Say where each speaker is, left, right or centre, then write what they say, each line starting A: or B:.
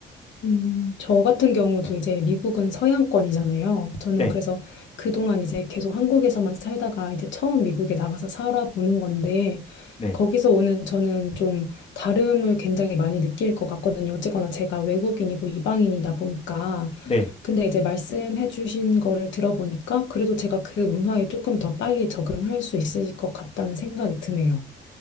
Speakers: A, on the left; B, on the left.
A: 음, 저 같은 경우도 이제 미국은 서양권이잖아요. 저는
B: 네,
A: 그래서 그동안 이제 계속 한국에서만 살다가 이제 처음 미국에 나가서 살아보는 건데,
B: 네,
A: 거기서 오는 저는 좀 다름을 굉장히 많이 느낄 것 같거든요. 어쨌거나 제가 외국인이고 이방인이다 보니까.
B: 네,
A: 근데 이제 말씀해 주신 거를 들어보니까 그래도 제가 그 문화에 조금 더 빨리 적응할 수 있을 것 같다는 생각이 드네요.